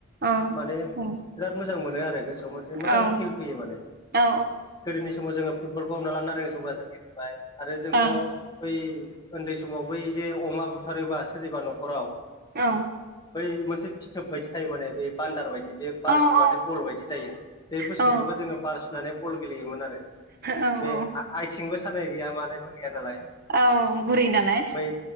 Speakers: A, on the right; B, on the left.
A: औ
B: माने बिराद मोजां मोनो आरो गोसोआव मोनसे मोजां
A: औ
B: फिल फैयो माने
A: औ
B: गोदोनि समाव जोङो फुटबलखौ हमना ला नारें जुमब्रा जों गेलेबाय आरो जोंथ'
A: औ
B: बै उन्दै समाव बै जे अमा बुथारोबा सोरनिबा न'खराव
A: औ
B: बै मोनसे फिथोब बायदि थायो माने बे बान्दार बायदि बे बार
A: औ
B: सुबााथ'
A: औ
B: बल बायदि जायो, बे बुस्थुखौबो
A: औ
B: जोङो बार सुनानै बल गेलेयोमोन आरो।
A: औ
B: बे
A: औ
B: आथिंबो सानाय गैया मानायबो गया नालाय
A: औ गुरै नालाय
B: बै